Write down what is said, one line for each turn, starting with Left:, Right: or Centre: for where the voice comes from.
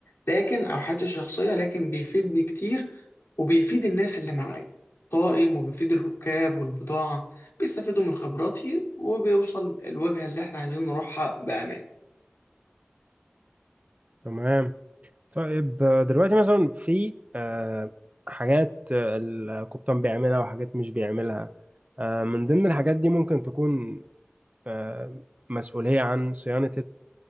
Left: لكن او حياتي الشخصيه لكن بيفيدني كتير وبيفيد الناس اللي معايا طائم وبيفيد الركاب والبضاعه بيستفيدوا من خبراتي وبيوصل الوجهه اللي احنا عايزين نروحها بامان
Right: تمام طيب آه، دلوقتي مثلا في آه، حاجات آه، القبطان بيعملها وحاجات مش بيعملها آه، من ضمن الحاجات دي ممكن تكون آه، مسؤولية عن صيانة